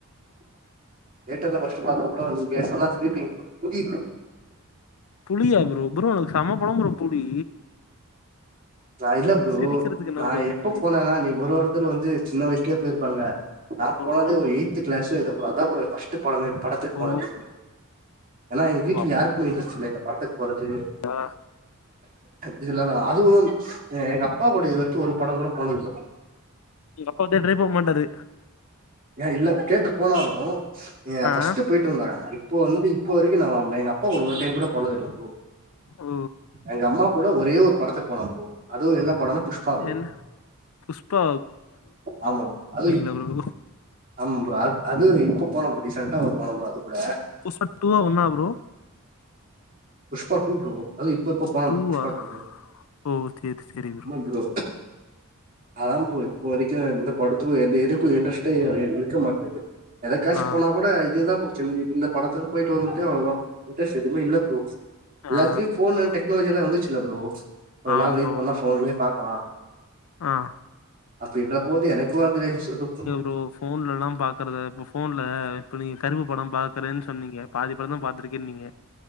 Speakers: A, on the right; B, on the left.
A: தேட்டர்ல ஃபஸ்ட்டு பாத்த படோ நீங்க சொன்னா சிரிப்பீங் ப்ரோ புலி ப்ரோ
B: புலியா ப்ரோ ப்ரோ அது செம படோ ப்ரோ புலி
A: நா இல்ல ப்ரோ
B: சிரிக்கிறதுக்கு என்ன
A: நா
B: ப்ரோ இருக்கு
A: எப்ப போனேனா நீ ஒரு ஒருத்தர் வந்து சின்ன வயஸ்ல போயிருப்பாங்க நா
B: ஓ
A: போனதே ஒரு எயித் க்ளாஸ் எதோ ப்ரோ அதா ப்ரோ எ ஃபஸ்ட் டு படமே படத்துக்
B: ஓ
A: போனது ஏனா எங்க வீட்ல
B: ஓ,
A: யார்க்குமே இன்ட்ரெஸ்ட் இல்ல இந்த படத்துக் போறது
B: ஆ
A: இதுனால அதுவு எ எங்க அப்பா கூட இது வரைக்கு ஒரு படங்கூட போணதில்ல ப்ரோ
B: எங்கப்பா தேட்டரே போமாட்டாரு
A: ஏ இல்ல கேட்டு போனாலு அ
B: ஆ
A: ஃபஸ்ட்டு போய் ட்டு வந்தாராமா இப்போ வந்து இப்ப வரைக்கு நா எங்க அப்பா கூட ஒரு டைம் கூட போனதில்ல ப்ரோ
B: ஓ
A: எங்க அம்மா கூட ஒரே ஒரு படத்துக்கு போனோ ப்ரோ அது என்ன படன்னா புஷ்பா ப்ரோ
B: என்ன புஷ்பா
A: ஆமா அது
B: என்ன ப்ரோ
A: ஆமாம் ப்ரோ அத் அது இப்போ போன இப்ப டிசெண்டா ஒரு போனோ ப்ரோ அது கூட
B: புஸ்பா டூவா ஒன்னா ப்ரோ
A: புஷ்பா டூ ப்ரோ அது இப்பப்ப போன
B: டூவா
A: ப்ரோ புஷ்பா டூவு
B: ஓ சரி சரி
A: ஆமாம் ப்ரோ ஆ ப்ரோ இப்போ வரைக்கு எந்த படத்துக்கு எந்த இதுக்கு இன்ட்ரெஸ்ட்டே எ இருக்க மாட்டுது எதக்காச்சு
B: ஆ
A: போனா கூட இதுதா புடிச்சு என்ன இழுக்கு இந்த படத்துக்கு போயிட்டு வந்துட்டா அவ்ளதா இன்ரஸ்ட் எதுமே இல்ல ப்ரோ
B: ஆ
A: எல்லாத்லியு ஃபோன் அண் டெனாலஜிலா வந்துச்சில ப்ரோ கொஞ்ச
B: ஆமாம்
A: நாள் வெயிட்
B: ப்ரோ
A: பண்ணா ஃபோன்லே பாக் லா
B: ஆ
A: அப்டின்றபோது எனக்கு வந்து <unintelligible> சுத்தமா
B: இப்போ ஃபோன்ல எல்லா பாக்குறத இப்ப ஃபோன்ல இப்ப நீங்க கருப்பு படம் பா க்கறேன் சொன்னீங்க பாதி படந்தா பாத்துருக்கேனீங்க